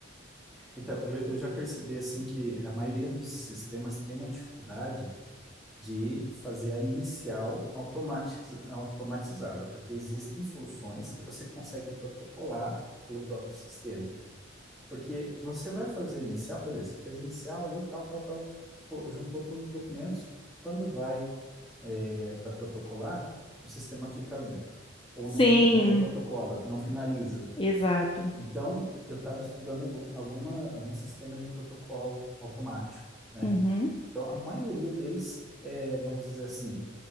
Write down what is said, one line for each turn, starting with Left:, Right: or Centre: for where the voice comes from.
Centre: Então, eu, eu já percebi assim que a maioria dos sistemas tem uma dificuldade de fazer a inicial automatiz- automatizada, porque existem soluções que você consegue protocolar pelo próprio sistema. Porque você vai fazer inicial, beleza, você fez inicial ali, tal, tal, tal, juntou todos os documentos. Quando vai é, para protocolar, o sistema fica lento, ou
Left: Sim,
Centre: não, não protocola, não finaliza.
Left: exato.
Centre: Então, eu estava estudando algum, alguma, alguns sistemas de protocolo automático, né?
Left: Uhum,
Centre: Então, a maioria deles, é, vamos dizer assim,